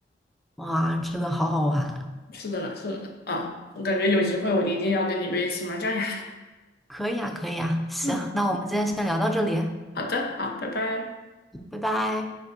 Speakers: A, in the centre; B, on the left.
A: <laughs> 哇，真的好好玩。
B: <laughs> 是的呢，是的呢，啊，我感觉有机会我一定要跟你约一次麻将呀。
A: 可以啊，可以啊，行，
B: 嗯，
A: 那我们今天先聊到这里，
B: 好的，好，拜拜。
A: 拜拜。